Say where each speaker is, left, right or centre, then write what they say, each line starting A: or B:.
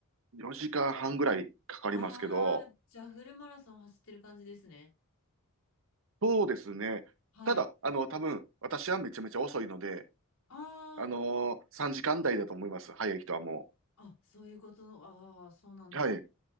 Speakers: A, on the right (about 65°); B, on the left (about 80°).
A: 4時間半ぐらいかかりますけど、
B: ああ、じゃあフルマラソン走ってる感じですね。
A: そうですね。
B: はい。
A: ただ、
B: あ
A: あの、多分、私はめちゃめちゃ遅いので、
B: あ、
A: あのー、3時間台だと思います。早い人はも
B: あ、そういうこと。ああ、そうなんです。
A: う。はい。